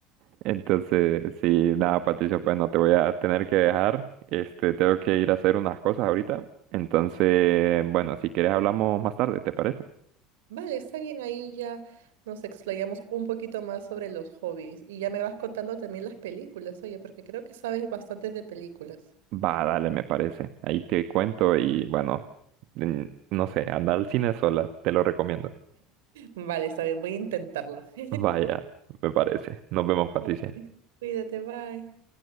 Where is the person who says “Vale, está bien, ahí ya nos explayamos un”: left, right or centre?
Right